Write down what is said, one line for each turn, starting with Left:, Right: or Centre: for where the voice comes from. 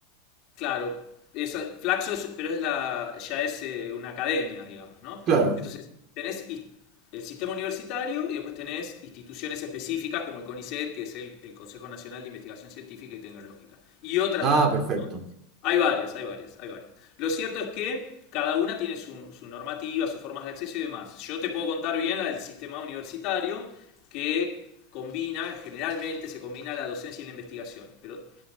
Left: Claro, eso, Flaxo es, pero es la, ya es eh, una academia, digamos, ¿no?
Right: Claro.
Left: Entonces, tenés his- el sistema universitario y después tenés instituciones específicas como el CONICET, que es el, el Consejo Nacional de Investigación Científica y Tecnológica, y otras
Right: Ah,
Left: tantas,
Right: perfecto.
Left: ¿no? Hay varias, hay varias, hay varias. Lo cierto es que cada una tiene su, su normativa, sus formas de acceso y demás. Yo te puedo contar bien la del sistema universitario, que combina, generalmente se combina la docencia y la investigación, pero